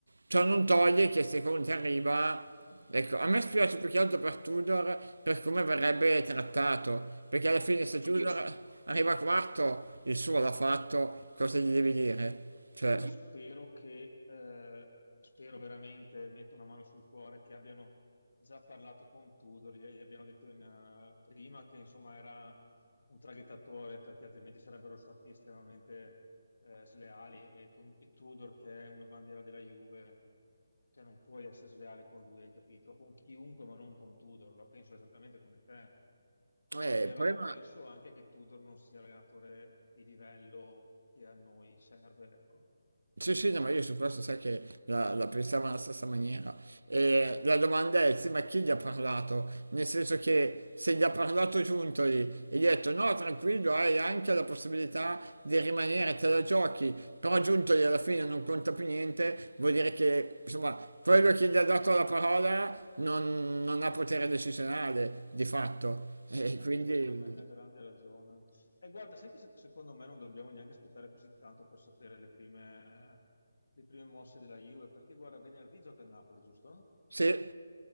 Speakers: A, on the right (about 70°); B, on the left (about 60°).
A: Ciò non toglie che se Conte arriva, ecco, a me spiace più che altro per Tudor, per come verrebbe trattato, perché alla fine se
B: ma io,
A: Tudor arriva quarto, il suo l'ha fatto, cosa gli devi dire? Cioè,
B: io spero che, eh, spero veramente, metto una mano sul cuore, che abbiano già parlato con Tudor, gli, gli abbiano detto in, eh, prima che insomma era un traghettatore, perché altrimenti sarebbero stati estremamente eh, sleali. E, con, e Tudor, che è una bandiera della Juve, cioè non puoi essere sleale con lui, hai capito? Con chiunque, ma non con Tudor, la penso esattamente come te.
A: eh,
B: però
A: il problema
B: penso anche che Tudor non sia l'allenatore di livello che a noi serve, ecco.
A: Sì, sì, no, ma io su questo sai che la, la pensavo alla stessa maniera. E la domanda è, sì, ma chi gli ha parlato? Nel senso che se gli ha parlato Giuntoli e gli ha detto no, tranquillo, hai anche la possibilità di rimanere, te la giochi, però Giuntoli alla fine non conta più niente, vuol dire che, insomma, quello che gli ha dato la parola non, non ha potere decisionale, di fatto. E
B: Eh,
A: quindi,
B: questa è è una grande ragione. E guarda, sai che se- secondo me non dobbiamo neanche aspettare così tanto per sapere le prime, le prime mosse della Juve, perché guarda, venerdì gioca il Napoli, giusto?
A: sì.